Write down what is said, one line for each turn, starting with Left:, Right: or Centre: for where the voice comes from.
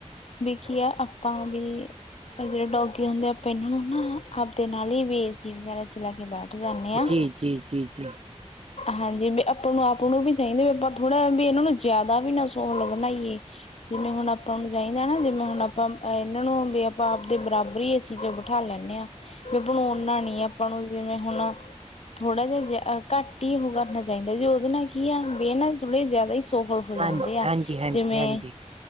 Left: ਵੇਖਿਆ ਆਪਾਂ ਵੀ ਇਹ ਜਿਹੜੇ ਡੋਗੇ ਹੁੰਦੇ ਆ ਆਪਾਂ ਇਹਨਾਂ ਨੂੰ ਨਾ ਆਪਦੇ ਨਾਲ ਹੀ ਵੀ ਏਸੀ ਵਗੈਰਾ 'ਚ ਲੈ ਕੇ ਬੈਠ ਜਾਂਦੇ ਹਾਂ,
Right: ਜੀ ਜੀ ਜੀ ਜੀ ਜੀ
Left: ਹਾਂਜੀ ਆਪਾਂ ਨੂੰ ਆਪ ਆਪਾਂ ਨੂੰ ਵੀ ਚਾਹੀਦੇ ਵੀ ਆਪਾਂ ਥੋੜ੍ਹਾ ਵੀ ਇਹਨਾਂ ਨੂੰ ਜ਼ਿਆਦਾ ਵੀ ਨਾ ਸੋਹਲ ਬਣਾਈਏ। ਜਿਵੇਂ ਹੁਣ ਆਪਾਂ ਨੂੰ ਚਾਹੀਦਾ ਨਾ ਜਿਵੇਂ ਹੁਣ ਆਪਾਂ ਇਹਨਾਂ ਨੂੰ ਵੀ ਆਪਾਂ ਆਪਦੇ ਬਰਾਬਰ ਹੀ ਇਹ ਚੀਜ਼ਾਂ ਬਿਠਾ ਲੈਂਦੇੇ ਹਾਂ। ਵੀ ਬਣੋਨ ਓਨਾ ਨੀ ਆ ਆਪਾਂ ਨੂੰ ਜਿਵੇਂ ਹੁਣ ਥੋੜਾ ਜਿਹਾ ਜ ਘੱਟ ਹੀ ਉਹ ਕਰਨਾ ਚਾਹੀਦਾ ਜੇ ਉਹਦੇ ਨਾਲ ਕੀ ਆ ਬੇ ਨਾ ਥੋੜੇ ਜ਼ਿਆਦਾ ਹੀ ਸੋਹਲ ਹੋ ਜਾਂਦੇ
Right: ਹਾਂਜੀ
Left: ਆ
Right: ਹਾਂਜੀ ਹਾਂਜੀ
Left: ਜਿਵੇਂ
Right: ਹਾਂਜੀ